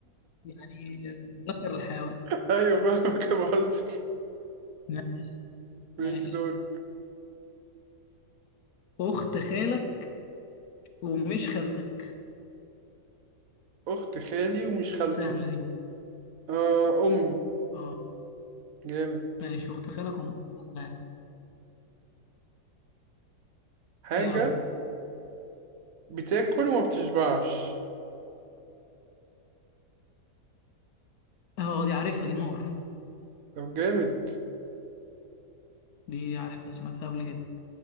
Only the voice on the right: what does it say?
<laughs> أيوه فاهم كده بهزر
<laughs> ماشي
دورك
أخت خالي ومش خالتي
آه أمي
جامد
حاجة
بتاكل وما بتشبعش
طب جامد